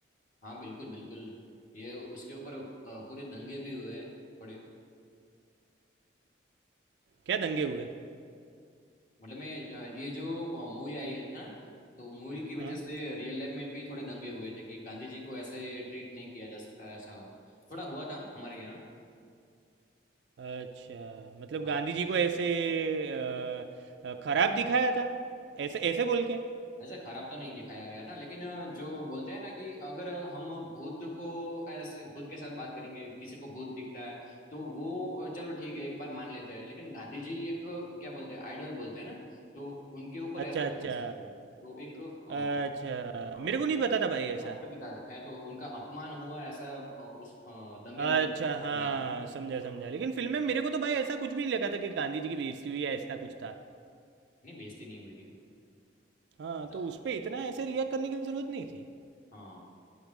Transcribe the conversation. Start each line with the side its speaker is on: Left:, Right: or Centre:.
Left: हाँ बिल्कुल बिल्कुल ये उसके ऊपर अ, पूरे दंगे भी हुए हैं थोड़े
Right: क्या दंगे हुए
Left: मतलब मैं अ, ये जो मूवी आई है ना तो मूवी की वजह
Right: हाँ
Left: से रियल लाइफ में भी थोड़े दंगे हुए थे कि गांधी जी को ऐसे ट्रीट नहीं किया जा सकता ऐसा हो थोड़ा हुआ था हमारे यहाँ
Right: अच्छा मतलब
Left: हाँ
Right: गांधी जी को ऐसे अ, अ, खराब दिखाया था ऐसे ऐसे बोल के
Left: ऐसे खराब तो नहीं दिखाया गया था लेकिन अ, जो बोलते हैं ना कि अगर हम भूत को ऐसे भूत के साथ बात करेंगे किसी को भूत दिखता है तो वो अ, चलो ठीक है एक बार मान लेते हैं लेकिन गांधी जी एक अ, क्या बोलते हैं आइडल बोलते हैं ना तो उनके ऊपर
Right: अच्छा
Left: ऐसा नहीं
Right: अच्छा
Left: कर सकते तो एक अ,
Right: अच्छा,
Left: हाँ
Right: मेरे को नहीं पता था भाई ऐसा।
Left: राष्ट्रपिता है तो उनका अपमान हुआ ऐसा अ, उस अ, दंगे
Right: अच्छा,
Left: में निकलाया
Right: हाँ,
Left: था
Right: समझा, समझा।
Left: हाँ
Right: लेकिन फ़िल्म में मेरे को तो भाई ऐसा कुछ भी नहीं लगा था कि गांधी जी की बेइज़्ज़ती हुई है, ऐसा कुछ था।
Left: नहीं बेइज्जती नहीं हुई थी
Right: हाँ,
Left: तो,
Right: तो उस पे इतना ऐसे रिएक्ट करने की ज़रूरत नहीं थी।
Left: हाँ